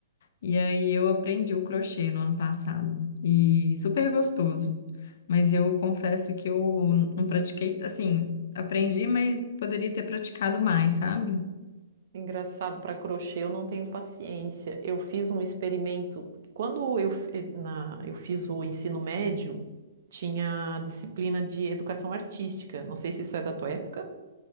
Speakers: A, on the left (about 55°); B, on the right (about 60°).
A: E aí eu aprendi o crochê no ano passado. E super gostoso. Mas eu confesso que eu não pratiquei, assim, aprendi, mas poderia ter praticado mais, sabe?
B: Engraçado, para crochê eu não tenho paciência. Eu fiz um experimento. Quando eu, f- eh, na, eu fiz o ensino médio, tinha a disciplina de educação artística. Não sei se isso é da tua época.